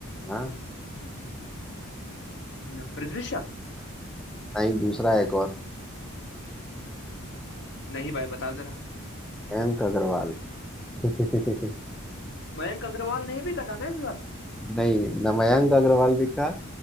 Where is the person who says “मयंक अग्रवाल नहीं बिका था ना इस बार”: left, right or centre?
Left